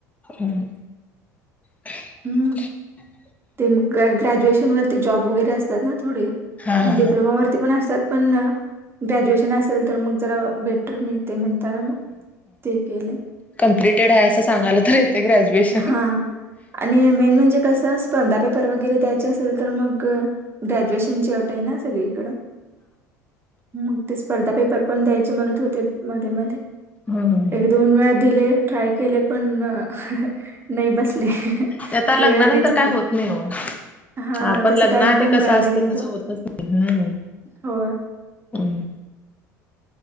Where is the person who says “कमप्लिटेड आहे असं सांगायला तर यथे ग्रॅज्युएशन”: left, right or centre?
Left